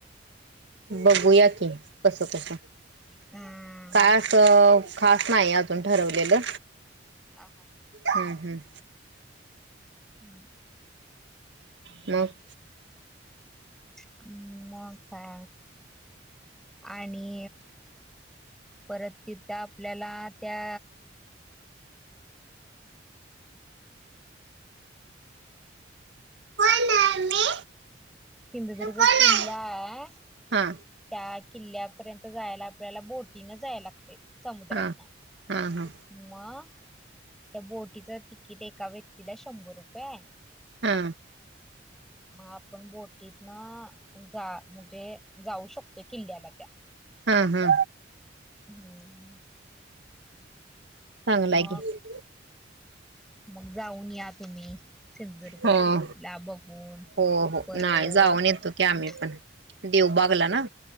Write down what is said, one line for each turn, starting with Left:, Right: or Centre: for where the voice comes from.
Right: बघूया की कस कस
Centre: हम्म.
Right: काळ असं खास नाही अजून ठरवलेलं
Centre: ह हा
Right: हम् हम्
Centre: ह
Right: मग
Centre: ् म का आणि परत ति त्या आपल्याला त्या
Right: कोण आहे मी
Centre: सिंधुदुर्ग
Right: कोण
Centre: किल्ला
Right: आहे
Centre: आहे
Right: हा
Centre: त्या किल्ल्यापर्यंत जायला आपल्याला बोटीन जायला लागते समुद्रातन
Right: हा हा हा
Centre: ्हा त्या बोटीच तिकीट एका व्यक्तीला शंभर रुपये आहे
Right: हा
Centre: मग आपण बोटीत ना जा म्हणजे जाऊ शकतोय किल्ल्याला त्या
Right: हा हा
Centre: हम्म
Right: चांगलं
Centre: मग
Right: आहे के
Centre: मग जाऊन या तुम्ही सिंधुदुर्ग
Right: हो
Centre: किल्ला बघून
Right: हो हो
Centre: परत
Right: नाही जाऊन येतो की आम्ही पण देवबागला ना